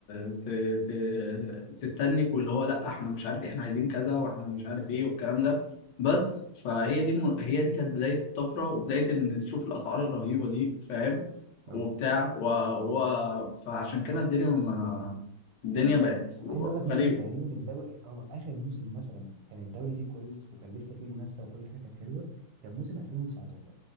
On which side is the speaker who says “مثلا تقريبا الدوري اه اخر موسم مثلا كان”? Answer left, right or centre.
Right